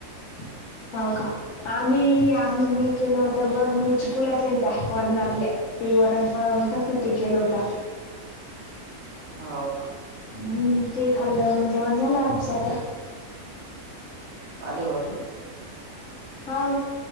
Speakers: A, on the left; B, on the right.
A: <inaudible> हाऊ का, आम्ही आम्ही मी केलवत्या बघ मी चिकुला केलत्या वरणातल्या. ते वरणफळ म्हणतात ना ते केलं होतं.
B: हवं का
A: हम्म, ते खाल्लं मग जेवण झालं आमचं आता.
B: आले भाऊजी?
A: हाऊ